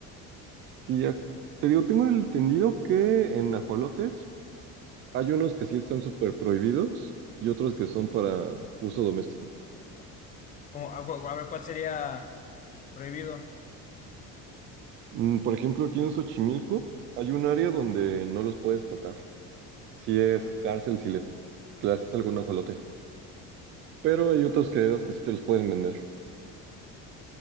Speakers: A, on the right (about 35°); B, on the left (about 25°).
A: Y ya, te digo, tengo entendido que en ajolotes Hay unos que sí están súper prohibidos y otros que son para uso doméstico.
B: Como, a, a ver, ¿cuál sería prohibido?
A: Mm, Por ejemplo, aquí en Xochimilco hay un área donde no los puedes tocar. Si es cárcel, si le, le haces algún ajolote. Pero hay otros criaderos que sí te los pueden vender.